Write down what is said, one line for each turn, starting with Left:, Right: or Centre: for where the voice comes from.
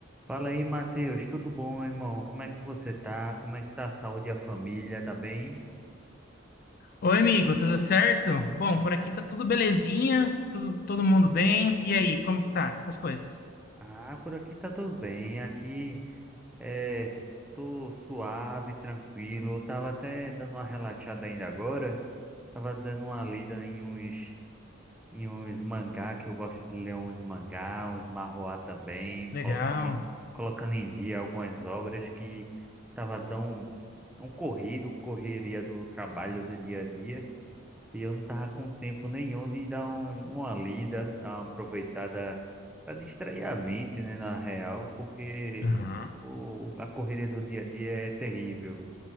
Centre: Fala aí, Matheus. Tudo bom, meu irmão? Como é que você tá? Como é que tá a saúde e a família? Tá bem?
Left: Oi, amigo, tudo certo? Bom, por aqui tá tudo belezinha, tudo- todo mundo bem. E aí, como que tá as coisas?
Centre: Ah, por aqui tá tudo bem. Aqui é, tô suave, tranquilo. Tava até dando uma relaxada ainda agora. Tava dando uma lida em uns, em uns mangá, que eu gosto de ler uns mangá, uns manhwa também,
Left: Legal.
Centre: colocando em, colocando em dia algumas obras que tava dando um corrido, correria do trabalho do dia a dia. E eu não tava com tempo nenhum de dar um- uma lida, dar uma aproveitada para distrair a mente, né, na real, porque
Left: Aham.
Centre: o, a correria do dia a dia é terrível,